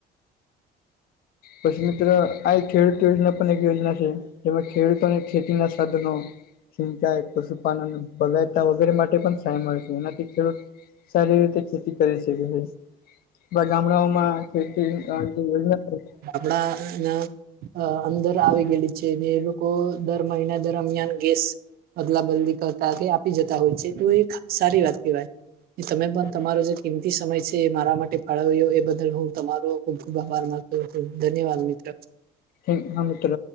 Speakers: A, on the left; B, on the right.
A: પછી મિત્ર આ એક ખેડૂત પણ એક છે જેમાં ખેડૂતોને ખેતીના સાધનો સિંચાઈ, પશુપાલન, બગાયતા વગેરે માટે પણ સહાય મળે છે એનાથી ખેડૂત સારી રીતે ખેતી કરી શકે છે. બ ગામડાઓમાં ખેતી અ જે યોજના <unintelligible>
B: આપડા ના અ અંદર આવી ગયેલી છે ને એ લોકો દર મહિના દરમિયાન કેસ અદલા બદલી કરતા કે આપી જતા હોય છે તો એક સારી વાત કહેવાય. એ તમે પણ તમારો જે કિંમતી સમય છે એ મારા માટે ફાળવ્યો એ બદલ હું તમારો ખુબ ખુબ આભાર માનું છુ ધન્યવાદ મિત્ર.
A: એ હા મિત્ર.